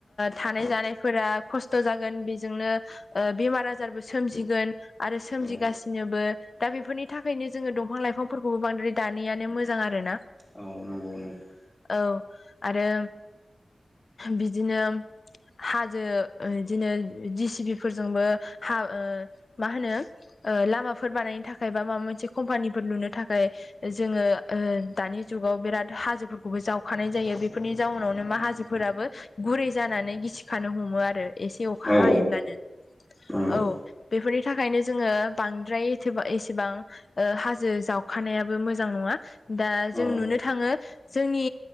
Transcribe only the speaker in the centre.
औ
औ नंगौ नंगौ
औ
नंगौ
औ